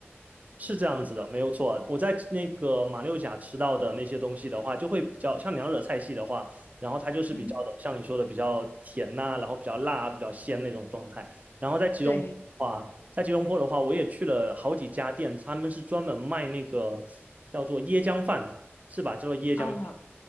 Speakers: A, on the right; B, on the left.
A: 是这样子的，没有错。我在那个马六甲吃到的那些东西的话，就会比较像娘惹菜系的话，然后它就是比较的，
B: 嗯哼。
A: 像你说的比较甜呐、然后比较辣啊、比较鲜那种状态。然后在吉隆坡的话，
B: 对，
A: 在吉隆坡的话，我也去了好几家店，他们是专门卖那个叫做椰浆饭，是吧？叫做椰浆饭。
B: 啊，